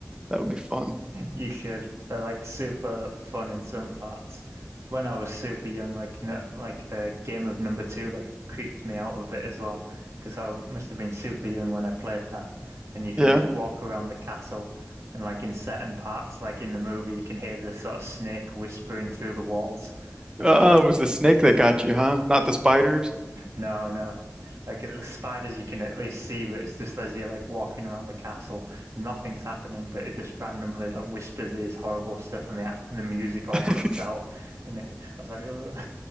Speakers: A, on the right; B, on the right.
A: That would be fun.
B: You should. They're like super fun in some parts. When I was super young, like no, like the game of number two like creeped me out a bit as well because I must have been super young when I played that. And you can
A: Yeah.
B: just walk around the castle, and like in certain parts, like in the movie, you can hear the sort of snake whispering through the walls. Like
A: Uh, it was the snake that got you, huh? Not the spiders.
B: no, no. Like the spiders you can at least see, but it's just as you're like walking around the castle, nothing's happening, but it just randomly like whispers these horrible stuff and the at- the music all
A: <laughs>
B: cuts out. And <laughs> I was like, "Ugh."